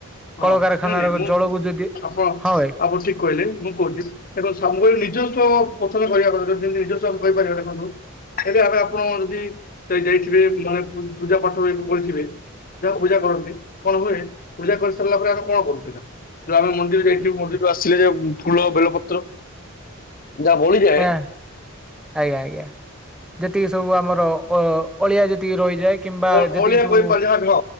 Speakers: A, on the left (about 45°); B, in the centre.
A: ହଁ
B: କଳକାରଖାନାର
A: ନାଇଁ ନାଇଁ ମୁଁ
B: ଜଳକୁ ଯଦି
A: ଆପଣ
B: ହଁ ଭାଇ
A: ଆପଣ ଠିକ କହିଲେ ମୁଁ କହୁଛି ଦେଖ ସ ନିଜସ୍ଵ ପ୍ରଥମେ କହିବା <unintelligible> କଥାିତି ନିଜସ୍ଵ ଆମେ କହିପାରିବା ଦେଖନ୍ତୁ ଏବେ ଆବେ ଆପଣ ଯଦି ଯାଇଥିବେ ମାନେ ପୁ ପୂଜା ପାଠ କରିଥିବେ ଯାହା ପୂଜା କରନ୍ତି କଣ ହୁଏ ପୂଜା କରି ସାରିଲା ପରେ ଆମେ କଣ କରୁ ସେଇଟା ଯୋଉ ଆମେ ମନ୍ଦିର ଯାଇଥିବୁ ମନ୍ଦିର ବାସିଲେ ଯେଉ ଫୁଲ ବେଲପତ୍ର ଯାହା ବଳିଯାଏ
B: ହଁ ଆଜ୍ଞା ଆଜ୍ଞା ଯ୍ୟୋତି ସବୁ ଆମର ଅ ଅଳିଆ ଯେତିକି ରହିଯାଏ କିମ୍ବା
A: ଅ
B: ଯେତିକି
A: ଅଳିଆ
B: ସବୁ
A: କହିପାର ଯାହା ହଁ